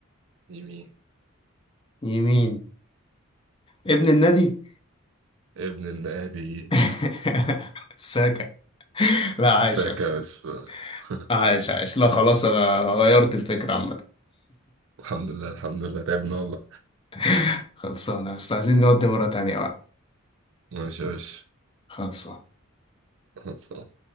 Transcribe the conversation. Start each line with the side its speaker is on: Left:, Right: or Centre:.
Right: يمين
Left: يمين ابن النادي
Right: ابن النادي
Left: <laughs> ساكا
Right: <laughs>
Left: لا عايش
Right: ساكا
Left: يا اسطى
Right: يا باشا. <laughs>
Left: عايش عايش لا خلاص أنا غيرت الفكرة عامة
Right: الحمد لله الحمد لله تعبنا والله
Left: <laughs> خلصانة يا اسطى عايزين نودي مرة تانية بقى
Right: ماشي يا باشا
Left: خلصانة
Right: خلصان.